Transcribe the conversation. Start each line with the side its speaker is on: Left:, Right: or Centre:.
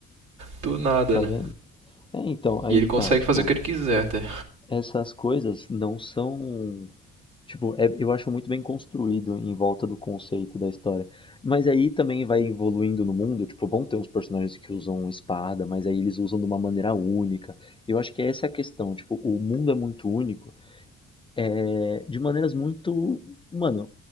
Right: do nada,
Left: tá
Right: né?
Left: vendo? É, então, aí
Right: E ele
Left: que
Right: consegue
Left: tá, tipo,
Right: fazer o que ele quiser até.
Left: essas coisas não são. Tipo, é- eu acho muito bem construído em volta do conceito da história. Mas aí também vai evoluindo no mundo, tipo, vão ter uns personagens que usam espada, mas aí eles usam de uma maneira única. Eu acho que essa é a questão, tipo, o mundo é muito único é, de maneiras muito. Mano,